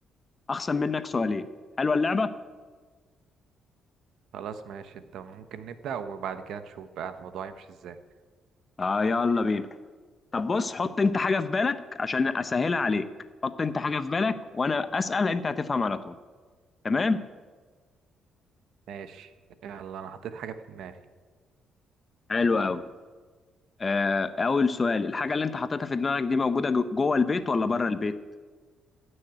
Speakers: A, on the left; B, on the right.
A: اخصم منك سؤالين حلوه اللعبه
B: خلاص ماشي انت ممكن نبدأ وبعد كده نشوف بقى الموضوع يمشي ازاي
A: اه يلا بينا طب بص حط انت حاجه في بالك عشان اسهلها عليك حط انت حاجه في بالك وانا اسال انت هتفهم على طول تمام
B: ماشي يلا انا حطيت حاجة في دماغي
A: حلو قوي آه اول سؤال الحاجه اللي انت حطيتها في دماغك دي موجوده جو- جوه البيت ولا بره البيت